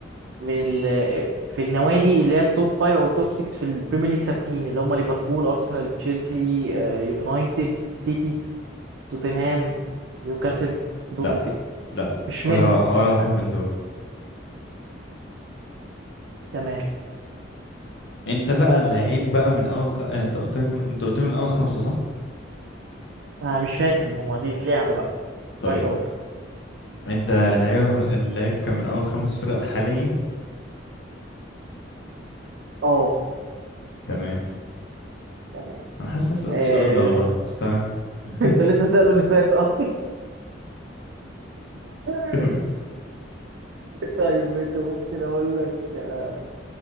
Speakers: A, on the right (about 70°); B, on the left (about 65°).
A: من ال... في النوادي اللي هي التوب 5 او التوب 6 في البريمير ليج ثابتين اللي هم ليفربول ارسنال تشيلسي آه، يونايتد سيتي توتنهام نيوكاسل
B: لا
A: دول
B: لا
A: كده
B: لا
A: مش منهم
B: ولا ولا واحد من دول
A: تمام
B: انت بقى لعيب بقى من اول خ... انت قلت لك من... انت قلت لي من اول خمسة صح
A: انا مش فاكر ما هو دي اللعبه بقى
B: طيب
A: مش اقول لك.
B: انت لعيبة اللعيب كان من اول خمس فرق حاليا
A: اه
B: تمام
A: تمام
B: انا حاسس اني سألت
A: آه...
B: السؤال ده والله بس تمام
A: <laughs>
B: <laughs>
A: انت لسه سأله اللي فات اه <laughs>
B: تمام
A: طيب ماشي ممكن اقول لك آه،